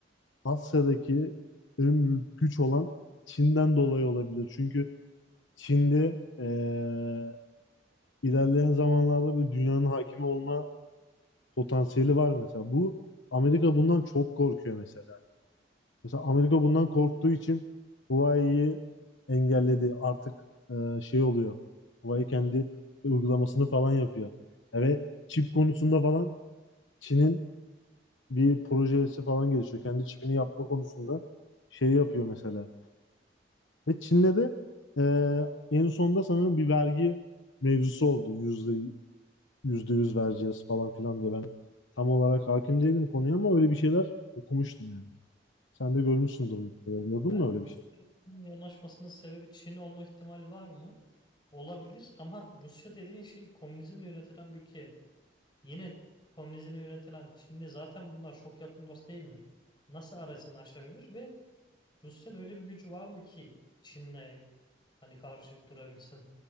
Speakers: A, on the left (about 80°); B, on the left (about 25°).
A: Asya'daki en büyük güç olan Çin'den dolayı olabilir. Çünkü Çin'de eee, ilerleyen zamanlarda böyle dünyanın hakimi olma potansiyeli var mesela. Bu Amerika bundan çok korkuyor mesela. Mesela Amerika bundan korktuğu için Huawei'yi engelledi. Artık eee, şey oluyor. Huawei kendi uygulamasını falan yapıyor. E Ve çip konusunda falan Çin'in bir projesi falan gelişiyor. Kendi çipini yapma konusunda şey yapıyor mesela. Ve Çin'de de eee, en sonunda sanırım bir vergi mevzusu oldu. Yüzde, yüzde yüz vereceğiz falan filan diye. Ben tam olarak hakim değilim konuya ama öyle bir şeyler okumuştum yani. Sen de görmüşsündür. mutlaka. Gördün
B: Yani
A: mü öyle
B: Rusya'nın
A: bir şey?
B: yanaşmasının sebebi Çin olma ihtimali var mı? Olabilir ama Rusya dediğin şey komünizmle yönetilen bir ülke. Yine komünizmle yönetilen Çin'de zaten bunlar çok yakın dost değil mi? Nasıl arasını aşabilir ve Rusya'nın öyle bir gücü var mı ki Çin'le hani karşı durabilsin?